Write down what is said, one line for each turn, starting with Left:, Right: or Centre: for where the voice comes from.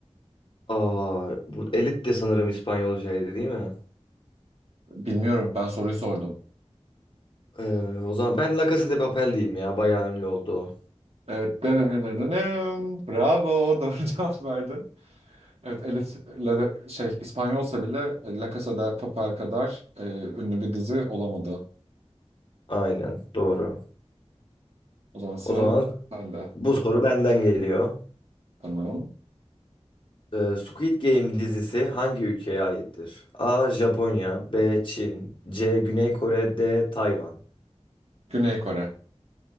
Left: Aa, bu Elit de sanırım İspanyolcaydı değil mi?
Right: Bilmiyorum ben soruyu sordum.
Left: Ee, o zaman ben La Casa de Papel diyeyim ya. Bayağı ünlü oldu o.
Right: Evet. denenenenem. Bravo <laughs> doğru cevap verdin. Evet Elite La de- şey İspanyolsa bile e, La Casa de Papel kadar e, ünlü bir dizi olamadı.
Left: Aynen, doğru.
Right: O zaman sıra
Left: O zaman
Right: bende.
Left: bu soru benden geliyor.
Right: Tamam.
Left: Ee, Squid Game dizisi hangi ülkeye aittir? A. Japonya B. Çin C. Güney Kore D. Tayvan.
Right: Güney Kore.